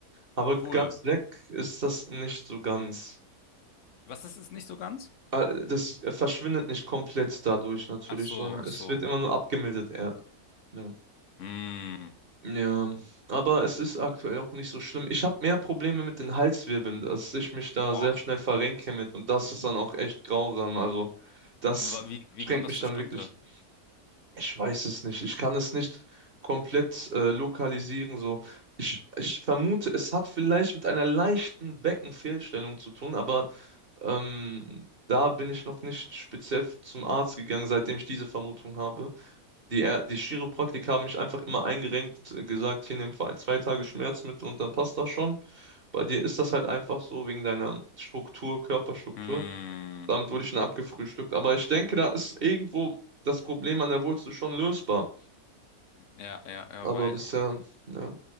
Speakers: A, on the right; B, on the left.
A: Aber
B: Cool.
A: ganz weg ist das nicht so ganz.
B: Was ist es nicht so ganz?
A: Äh, das verschwindet nicht komplett dadurch natürlich,
B: Ach so,
A: sondern
B: ach
A: es
B: so.
A: wird immer nur abgemildert eher. Ja.
B: Hm.
A: Ja, aber es ist aktuell auch nicht so schlimm. Ich habe mehr Probleme mit den Halswirbeln, dass ich mich da
B: Boah.
A: sehr schnell verrenke mit und das ist dann auch echt grausam. Also das
B: Wa- Wie, wie
A: schränkt
B: kommt das
A: mich
B: zustande?
A: dann wirklich. Ich weiß es nicht. Ich kann es nicht komplett äh, lokalisieren. So, ich, ich vermute, es hat vielleicht mit einer leichten Beckenfehlstellung zu tun, aber ähm, da bin ich noch nicht speziell zum Arzt gegangen, seitdem ich diese Vermutung habe. Die, Ä- die Chiropraktiker haben mich einfach immer eingerenkt, äh, gesagt, hier nimm zwei zwei Tage Schmerzmittel und dann passt das schon. Bei dir ist das halt einfach so wegen deiner Struktur, Körperstruktur.
B: Hm.
A: Damit wurde ich dann abgefrühstückt. Aber ich denke, da ist irgendwo das Problem an der Wurzel schon lösbar.
B: Ja, ja, ja,
A: Aber
B: weil
A: bisher, ja.